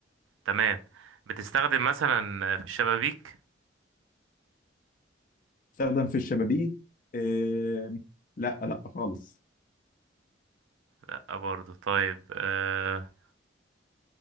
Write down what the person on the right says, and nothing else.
تمام بتستخدم مثلا في الشبابيك
لا برضو طيب أه،